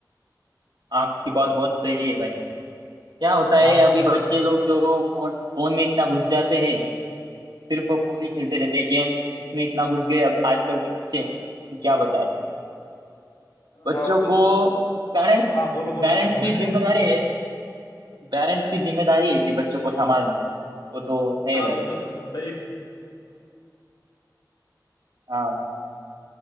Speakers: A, on the right; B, on the left.
A: आपकी बात बहुत सही है भाई क्या होता है
B: हाँ
A: अभी बच्चे लोग जो फोन फोन में इतना घुस जाते हैं सिर्फ फोन ही खेलते रहते हैं गेम्स उसमें इतना घुस गए अब आजकल के बच्चे कि क्या बताएं बच्चों
B: हाँ वो तो
A: को पेरेंट्स
B: हाँ बोलो बोलो
A: पेरेंट्स
B: क्या बोल
A: की
B: रहे
A: जिम्मेदारी
B: थे
A: है पेरेंट्स की जिम्मेदारी है कि बच्चों को संभालना
B: आप
A: वो तो है
B: हाँ
A: भाई
B: वो तो सही
A: हाँ